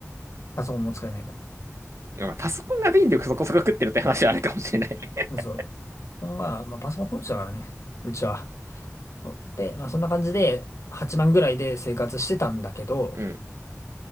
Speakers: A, on the left; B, on the right.
A: パソコンも使えないから。
B: まあパソコンが電力そこそこ食ってるって話はあるかもしれない <laughs>
A: うんそう。パソコンは、まあパソコン本社だからね。うちは。そうで、まあそんな感じで、8万ぐらいで生活してたんだけど、
B: うん。